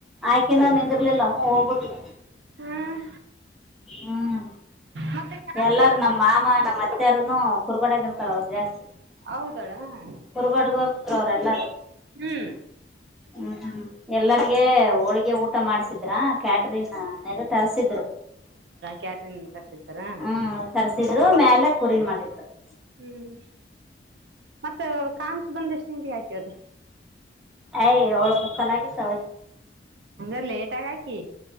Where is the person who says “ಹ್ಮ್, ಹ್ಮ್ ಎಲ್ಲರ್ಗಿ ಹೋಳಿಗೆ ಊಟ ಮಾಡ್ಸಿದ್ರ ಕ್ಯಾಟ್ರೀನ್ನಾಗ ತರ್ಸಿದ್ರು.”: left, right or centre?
Centre